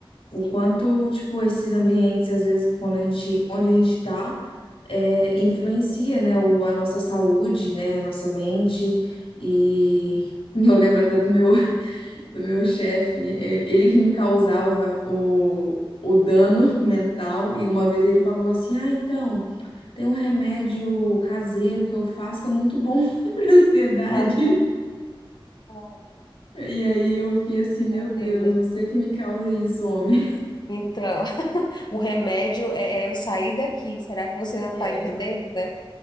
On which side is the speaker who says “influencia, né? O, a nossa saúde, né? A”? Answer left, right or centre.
Left